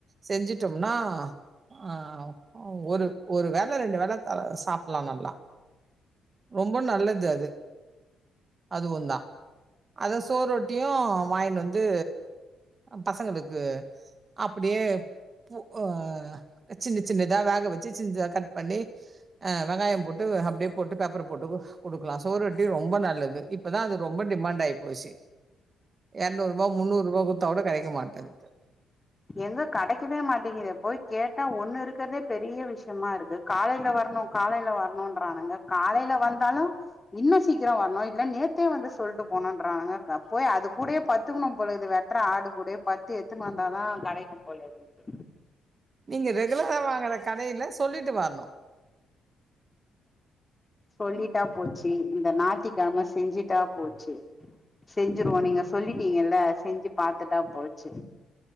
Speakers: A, on the right; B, on the left.
A: செஞ்சிட்டோம்னா ஆ ஒரு ஒரு வேல ரெண்டு வேல த சாப்புட்லா நல்லா ரொம்ப நல்லது அது அதுவு தா அதா சுவரொட்டியு வாயின்டு வந்து அ பசங்களுக்கு அப்டியே பூ அ சின்ன சின்னதா வேக வச்சு சின் சின்தா கட் பண்ணி அ வெங்காயோ போட்டு அப்டியே போட்டு பெப்பர் போட்டு குடுக்லா சுவரொட்டி ரொம்ப நல்லது இப்பதா அது ரொம்ப டிமாண்ட் ஆயி போச்சு எரநூற்ரூவா முன்னுற்ரூவா குடுத்தா கூட கெடைக்க மாட்டேங்து
B: எங்க கெடைக்கவே மாட்டேங்குதே போய் கேட்டா ஒன்னு இருக்கிறதே பெரிய விஷ்யமா இருக்கு காலைல வரணு காலைல வரணுன்றானுங்க காலைல வந்தாலு இன்னு சீக்கிரோ வரணு இல்ல நேத்தே வந்து சொல்ட்டு போணுன்றானுங்க க போய் அது கூடயே பட்த்துகுணு போலது வே வெட்ற ஆடு கூடே பட்த்து எத்துனு வந்தா தா கெடைக்கும் போலே இருக்கு
A: நீங்க ரெகுலரா வாங்குற கடையில சொல்லிட்டு வரணு
B: சொல்லிட்டா
A: ம்
B: போச்சு இந்த ஞாயித்திக்கெழம செஞ்சிட்டா போச்சு செஞ்சுருவோ நீங்க சொல்லிட்டீங்கல்ல செஞ்சு பாத்துட்டா போச்சு